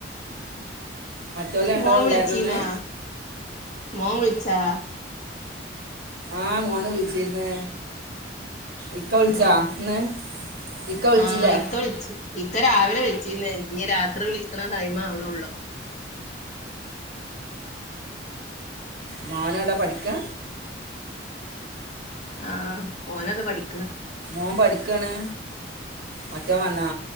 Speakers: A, on the right; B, on the left.
A: മറ്റോലെ രണ്ടാളും
B: മോൻ
A: ഉണ്ടായിരുന്നെന്ന്
B: വിളിച്ചീന്നാ മോമു വിളിച്ചോ
A: ആഹ് മോൻ വിളിച്ചിരുന്നേ ഇക്ക വിളിച്ചാ
B: ആഹ്
A: ഇന്ന് ഇക്ക വിളിച്ചില്ലേ
B: ആഹ് ഇക്ക വിളിച്ച് ഇക്ക രാവിലെ വിളിച്ചിന്ന് ഇനി രാത്രി വിളിക്കണ ടൈം ആവണള്ളോ
A: മോനോടാ പഠിക്കാ
B: ആഹ് ഓനതാ പഠിക്കണ്
A: ഓൻ പഠിക്കണ് മറ്റോൻ വന്നാ